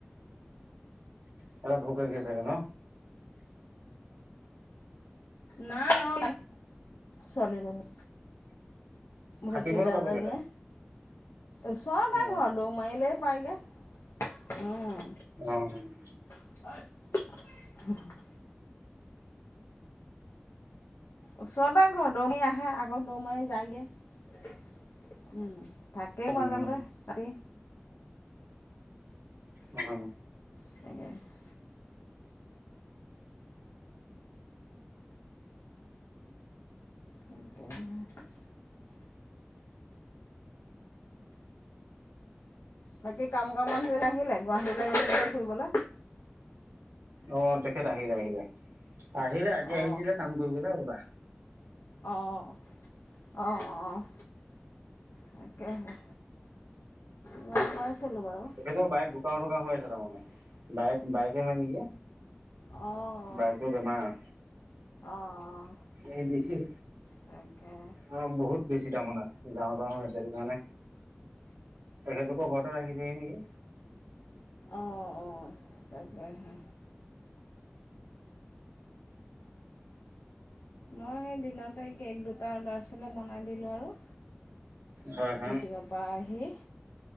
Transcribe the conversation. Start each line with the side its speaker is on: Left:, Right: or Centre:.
Right: সেতক ভোক লাগিছে চাগে ন?
Left: নাই অ ছোৱালীজনী। ভতিজাজনীয়ে
Right: থাকিব নে যাব কেইটাই
Left: ওচৰতে
Right: অ
Left: ঘৰত দৌ মাৰিলেই পায়গে। উম
Right: ৰাম ৰাম।
Left: <unintelligible> ওচৰতে ঘৰ দৌৰ মাৰি আহে আকৌ দৌ মাৰি যায়গৈ। উম থাকেও
Right: উম
Left: মাজে মাজে তাহাতি।
Right: অ।
Left: <unintelligible> <unintelligible> বাকী কাম কাম মানুহ জন আহিলে গুৱাহাটীলৈ গৈছিলো যে ফুৰিবলৈ।
Right: অ তেখেত আহিলে আহিলে আহিলে আজি
Left: অ
Right: আহিছিলে কাম কৰিবলৈ বলা।
Left: অঁ অঁ অঁ। তাকেহে গম পাইছিলোঁ বাৰু।
Right: সেই বাইক দোকান দোকান হৈ আছে তাৰমানে বাইক বাইকে হয় নেকি।
Left: অহ।
Right: বাইকৰ বেমাৰ,
Left: অঁ
Right: এই বিশেষ
Left: তাকে।
Right: অ বহুত বেছি তামানে যাওঁ যাওঁ হৈ আছে সেইটো কাৰণে। তেখেতলোকৰ ঘৰতে ৰাখিছেহি নেকি!
Left: অঁ অ অ তাকেহে। মই দিনতে কেক দুটা অৰ্ডাৰ আছিলে বনাই দিলোঁ আৰু।
Right: হয় হয়
Left: মিটিঙৰ পৰা আহি